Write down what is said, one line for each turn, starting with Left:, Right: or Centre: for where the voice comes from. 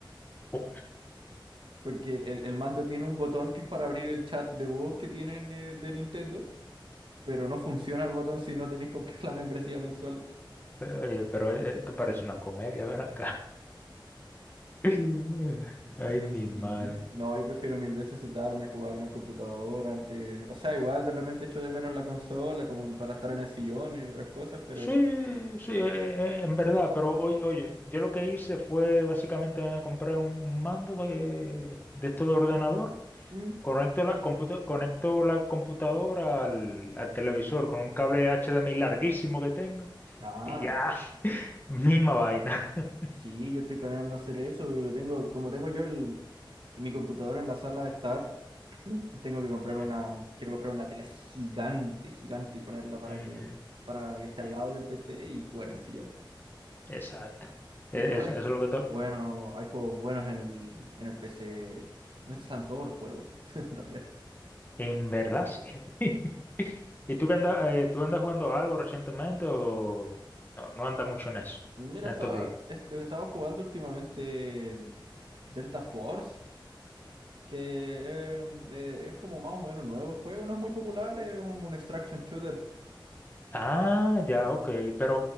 Left: Oh,
Right: Porque el, el- el mando tiene un botón que es para abrir el chat de voz que tienen eh, de Nintendo, pero no funciona el botón si no tenéis que comprar <laughs> la membresía mensual.
Left: Pero, oye, pero eh, esto parece una comedia, ven acá. <laughs> Ay,
Right: Pero
Left: mi
Right: sí,
Left: madre.
Right: no, yo prefiero mil veces sentarme a jugar en el computador antes. O sea, igual de repente echo de menos la consola como para estar en el sillón y otras cosas, pero...
Left: Sí, sí, eh, en verdad, pero oye, oye, yo lo que hice fue básicamente comprar un, un mando de, de esto de ordenador,
Right: mm,
Left: conecto la, computa- conecto la computadora al, al televisor con un cable HDMI larguísimo que tengo
Right: Ah.
Left: y ya, <laughs> misma vaina. <laughs>
Right: Sí, yo estoy planeando hacer eso y lo tengo, como tengo yo el, en mi computadora en la sala de estar, tengo que comprar una,
Left: Ujú,
Right: quiero comprar una tela así gigante, gigante y ponerla para
Left: ujú,
Right: que, para que esté al
Left: ujú.
Right: lado del PC y jugar en el sillón.
Left: Exacto. E-
Right: Porque igual
Left: es-
Right: hay
Left: Eso,
Right: juegos
Left: es lo que to-
Right: buenos, hay juegos buenos en el, en el PC. Bueno, Están todos los juegos, <laughs> en realidad.
Left: En verdad, sí. <laughs> ¿Y tú, que andas, eh, tú andas jugando algo recientemente o no, no andas mucho en eso,
Right: Mira,
Left: en
Right: estaba,
Left: estos días?
Right: este, estaba jugando últimamente Delta Force, que eh, eh, es como más o menos nuevo el juego, no es muy popular, es un- como un extraction shooter.
Left: Ah, ya, ok. Pero